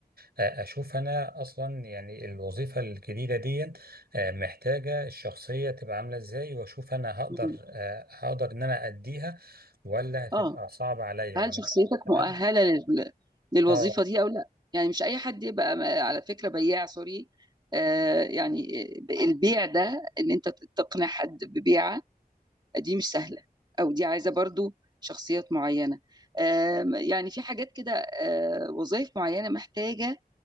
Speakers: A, on the right; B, on the right.
A: آه، اشوف انا اصلا يعني الوظيفه الجديده دي آه، محتاجه الشخصيه تبقى عامله ازاي واشوف انا هقدر
B: مم.
A: آه، هقدر ان انا اديها ولا هتبقى
B: اه
A: صعبه عليا
B: هل
A: يعني ممكن
B: شخصيتك
A: مثلا
B: مؤهلة لل... للوظيفة
A: اه
B: دي او لا يعني مش اي حد يبقى م- على فكرة بياع سوري آه يعني آه، البيع ده ان انت تقنع حد ببيعة دي مش سهلة او دي عايزة برضو شخصيات معينة آه يعني في حاجات كده آه وظائف معينة محتاجة